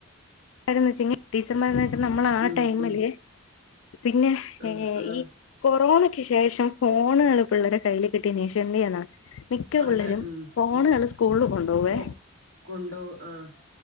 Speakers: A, on the left; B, on the right.
A: ഒരു കാര്യന്ന്വെച്ച്ങ്കിടീച്ചർമാ നമ്മള് ആ
B: ഉം
A: ടൈമില്
B: ഉം
A: പിന്നെ
B: ആഹ് ആഹ്
A: ഈ കൊറോണ ക്ക് ശേഷം ഫോണുകള് പിള്ളരെ കയ്യിൽ കിട്ടിയന് ശേഷം എന്ത് ചെയ്യനാ മിക്ക പിള്ളേരും
B: അതെ ഉം
A: ഫോണുകള് സ്‌കൂ സ്കൂളിൽ കൊണ്ടു പോവേ
B: പോ കൊണ്ടോവും ആഹ്